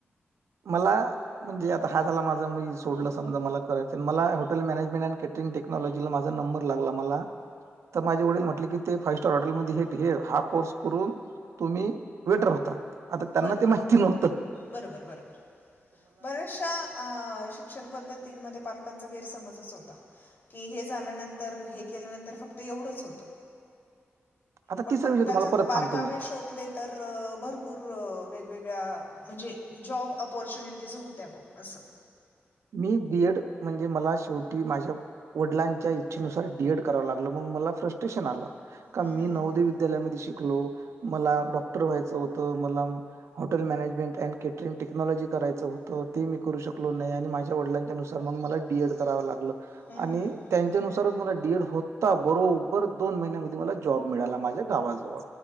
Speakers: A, on the right; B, on the left.
A: मला म्हणजे आता हा झाला माझ मी सोडलं समजाला करायचं मला हॉटे मॅनेजमेंट अँडॅटरिंग टेक्नॉलजीला माझा नंबर लागला मला तर माझे वडील म्हटले ते फाईव्ह स्टार हॉटेल मध्ये हा कोर्स करून तुम्ही वेटर होता. त्यांना
B: बरं
A: ते माहित नव्हत.
B: बरोबर बरोब बऱ्याचशा शिक्षण पद्धतीमध्ये पालका चा गैर समजच होता की हे झाल्यानंतर हे केल्यानंतर फक्त एवढंच होत.
A: आता
B: पण
A: तिसरा
B: मग
A: विषय
B: त्याच्यात
A: तुम्हाला परत
B: बारकावे
A: सांगतो मी
B: शोध तर भरपूर वेगवेगळ्या म्हणजे जॉब अपॉर्च्युनिटीज होत्या बो. असस!
A: मी बीएड म्हणजे मला शेवटी माझ्या वडिलांच्या इच्छेनुसार डीएड करावं लागल मग मला फ्रट्रेशन आलं का
B: हम्म,
A: मी
B: हम्म,
A: नवोदय
B: हम्म,
A: विद्यालय मध्ये शिकलो, मला डॉक्टर व्हायचं होतं मला hotel management and catering technology करायचं होतं. ते मी करू शकलो नाही, आणि माझ्या वडिलांच्या नुसार मग मला डीएड करावे लागलं
B: हम्म,
A: आणि
B: हम्म, हम्म.
A: त्यांच्यानुसारच मला डी एड हो ता, बरोबर दोन महिन्यामध्ये मला जॉब मिळाला माझ्या गावाजवळ.